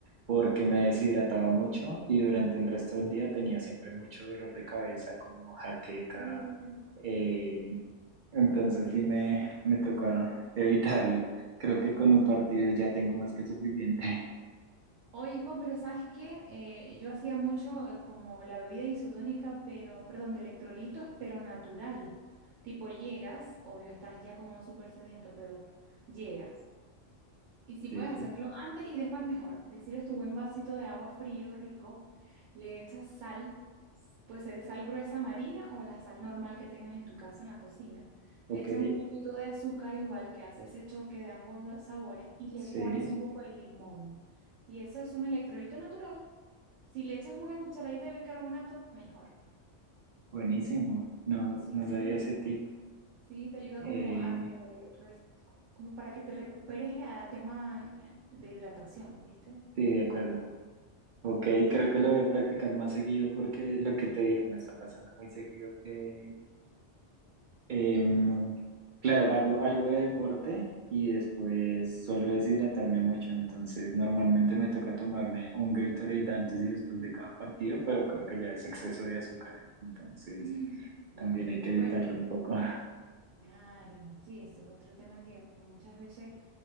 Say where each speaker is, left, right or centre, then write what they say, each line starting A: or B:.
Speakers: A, on the right (about 60°); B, on the right (about 80°).
A: porque me deshidrataba mucho y durante el resto del día tenía siempre mucho dolor de cabeza, como jaqueca.
B: Mm.
A: eh, entonces sí me, me toca evitarlo. Creo que con un partido ya tengo más que suficiente. <laughs>
B: Oye, Juan, pero ¿sabes qué? Eh, yo hacía mucho eh, como la bebida isotónica, pero, perdón, de electrolitos, pero natural. Tipo, llegas, obvio, estás ya como súper sediento, pero llegas. Y si
A: Sí,
B: puedes hacerlo antes y después mejor. Te sirves tu buen vasito de agua frío, rico, le echas sal, puede ser sal gruesa marina o la sal normal que tengas en tu casa, en la cocina.
A: ok,
B: Le echas un poquito de azúcar igual que hace ese choque de ambos da- sabores y le
A: sí.
B: pones un poco de limón. Y eso es un electrolito natural. Si le echas una cucharadita de bicarbonato, mejor.
A: Buenísimo, no,
B: Sí,
A: no
B: sí,
A: sabía ese tip.
B: sí, te ayuda
A: Eh,
B: como a re- res- como para que te recuperes a tema eh, de hidratación, ¿viste?
A: sí, de acuerdo. Ok, creo que lo voy a practicar más seguido porque lo que te digo me está pasando muy seguido que, em, claro, hago algo de deporte y después suelo deshidratarme mucho, entonces normalmente me toca tomarme un Gatorade antes y después de cada partido, pero creo que ya es exceso de azúcar, entonces
B: <clears throat>
A: también
B: Y
A: hay que evitarlo
B: bueno,
A: un poco. <laughs>
B: claro, sí, ese es otro tema que, que muchas veces